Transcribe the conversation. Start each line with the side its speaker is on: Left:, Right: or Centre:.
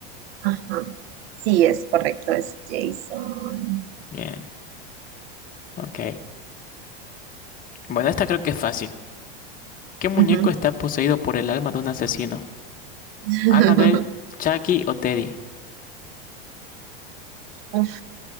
Right: Ajá. Sí, es correcto, es Jason.
Left: Bien, ok. Bueno, esta creo que es fácil. ¿Qué muñeco
Right: Ujú.
Left: está poseído por el alma de un asesino?
Right: <laughs>
Left: ¿Annabelle, Chucky o Teddy?
Right: Uf,